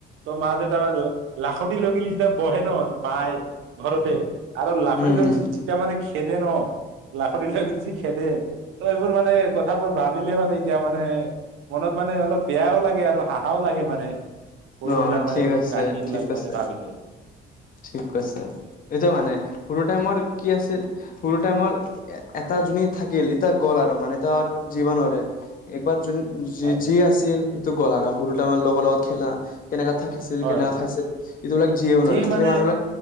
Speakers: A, on the right (about 85°); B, on the left (about 45°).
A: ত মা দে তাৰ মে লাখট লৈ কিনি যেতিয়া বহে ন মায়ে ঘৰতে। আৰু লাফুৰি
B: উম,
A: ৰি জীত জিতা মানে কি? সেইটোৱে ন। লাখতি ল যি খেদে ত এইবোৰ মানে কথাবোৰ ভাবিলে মানে। এতিয়া মানে মনত মানে অলপ-। বেয়াও লাগে আৰু হাহাও লাগে মানে। সৰুবেলাৰ
B: অ
A: মানে
B: ঠিক
A: এইবিলাক
B: আছে,
A: কাহিনী বিলাক
B: ঠিক আছে,
A: মানে ভাবিলে
B: ঠিক কৈছে এতিয়া মানে সৰু। সৰু টাইমৰ কি আছিল, সৰু টাইমৰ এটা যোনি থাকিল এতিয়া গ'ল আৰু মানে এ তৰ জীৱনৰে একবাৰ যোন। যি
A: হয়
B: যি আছিল। ত গলা সৰু ত আমাৰ লগত খেলা। কেনেকা থাকিছিল,
A: হয়
B: কেনেকা খাইছিল, সিটো বিলাক জীয়িব
A: যি
B: নোৱাৰে খালি
A: মানে
B: মানুহ বিলাক